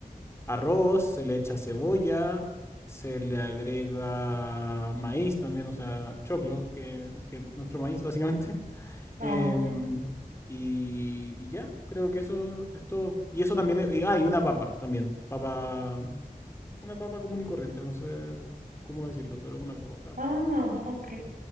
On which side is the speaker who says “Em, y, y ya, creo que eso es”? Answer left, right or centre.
Left